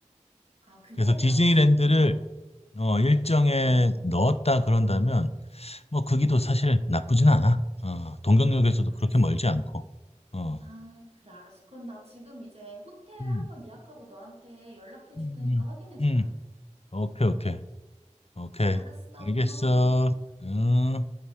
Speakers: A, on the right; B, on the left.
A: 아, 그래?
B: 그래서 디즈니랜드를
A: 나 신식 좋아.
B: 어,
A: 어.
B: 일정에 넣었다 그런다면 뭐 거기도 사실 나쁘진 않아. 어, 동경역에서도
A: 아,
B: 그렇게
A: 알았어.
B: 멀지 않고. 어.
A: 아, 그래, 알았어. 그럼 나 지금 이제 호텔
B: 음.
A: 한번 예약하고 너한테 연락해 줄
B: 음.
A: 테니까 확인해 주라.
B: 음. 음. 오케이, 오케이. 오케이.
A: 알았어,
B: 알겠어.
A: 고마워.
B: 음.